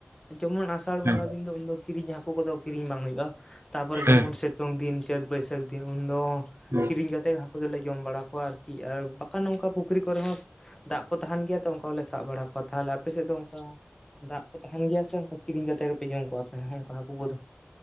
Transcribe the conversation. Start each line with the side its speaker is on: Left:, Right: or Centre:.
Left: ᱡᱮᱢᱚᱱ ᱟᱥᱟᱲ ᱵᱚᱸᱜᱟ
Right: ᱦᱮᱸ
Left: ᱫᱤᱱ ᱫᱚ ᱩᱱᱫᱚ ᱠᱤᱨᱤᱧ ᱦᱟᱹᱠᱳ ᱠᱚᱫᱚ ᱠᱤᱨᱤᱧ ᱵᱟᱝ ᱦᱳᱭᱳᱜᱼᱟ, ᱛᱟᱯᱚᱨᱮ
Right: ᱦᱮᱸ
Left: ᱡᱮᱢᱚᱱ ᱥᱮᱛᱳᱝ ᱫᱤᱱ ᱪᱟᱹᱛ ᱵᱟᱹᱭᱥᱟᱹᱠᱷ ᱫᱤᱱ ᱩᱱᱫᱚ
Right: ᱦᱮᱸ
Left: ᱠᱤᱨᱤᱧ ᱠᱟᱛᱮᱜ ᱦᱟᱹᱠᱳ ᱫᱚᱞᱮ ᱡᱚᱢ ᱵᱟᱲᱟ ᱠᱚᱣᱟ ᱟᱨᱠᱤ ᱟᱨ ᱵᱟᱠᱷᱟᱱ ᱱᱚᱝᱠᱟ ᱯᱩᱠᱷᱨᱤ ᱠᱚᱨᱮ ᱦᱚᱸ ᱫᱟᱜ ᱠᱚ ᱛᱟᱦᱮᱱ ᱜᱮᱭᱟ ᱛᱚ ᱚᱱᱠᱟ ᱦᱚᱞᱮ ᱥᱟᱵ ᱵᱟᱲᱟ ᱠᱚᱣᱟ᱾ ᱛᱟᱦᱚᱞᱮ ᱟᱯᱮᱥᱮᱫ ᱟ ᱫᱚ ᱚᱱᱠᱟ ᱫᱟᱜ ᱠᱚ ᱛᱟᱦᱮᱱ ᱜᱮᱭᱟ ᱥᱮ ᱚᱱᱠᱟ ᱠᱤᱨᱤᱧ ᱠᱟᱛᱮ ᱜᱮᱯᱮ ᱡᱚᱢ ᱠᱚᱜᱼᱟ, ᱟᱯᱮ ᱚᱱᱠᱟ ᱦᱟᱹᱠᱩ ᱠᱚᱫᱚ?